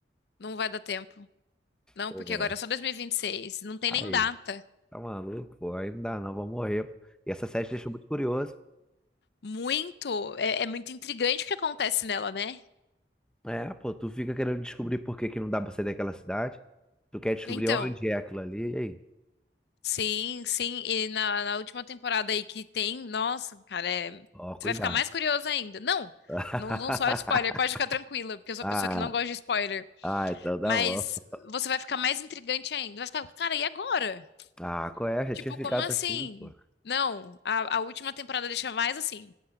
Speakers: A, on the left; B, in the centre.
A: Não vai dar tempo. Não,
B: Pô,
A: porque agora é só 2026. Não tem
B: aí,
A: nem data.
B: tá maluco, pô, aí não dá não, vou morrer. E essa série te deixou muito curioso.
A: Muito, é, é muito intrigante o que acontece nela, né?
B: É, pô, tu fica querendo descobrir por que que não dá pra sair daquela cidade. Tu quer descobrir
A: Então,
B: onde é aquilo ali, e aí?
A: sim, sim. E na, na última temporada aí que tem, nossa, cara, é- você
B: Ó, cuidado.
A: vai ficar mais curioso ainda. Não,
B: <laughs>
A: não, não só de spoiler, pode ficar tranquila, porque eu sou
B: Ah,
A: uma pessoa que não gosta de spoiler.
B: ah, então tá
A: Mas
B: bom.
A: você vai ficar mais intrigante ainda. Vai ficar, cara, e agora?
B: Ah, qual é? Já
A: Tipo,
B: tinha ficado
A: como assim?
B: assim, pô.
A: Não, a, a última temporada deixa mais assim.